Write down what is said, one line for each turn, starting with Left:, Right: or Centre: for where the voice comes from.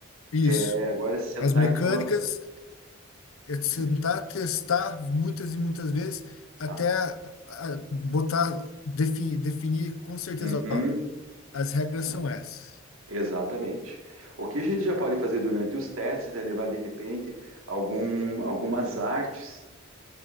Left: Isso.
Right: É, agora é sentar
Left: As mecânicas
Right: e pôr.
Left: é tentar
Right: e-
Left: testar muitas e muitas vezes até
Right: ah,
Left: a-
Right: ah,
Left: a botar, definir, definir com certeza,
Right: uhum,
Left: ó, as regras são essas.
Right: exatamente. O que a gente já pode fazer durante os testes é levar de repente algum, algumas artes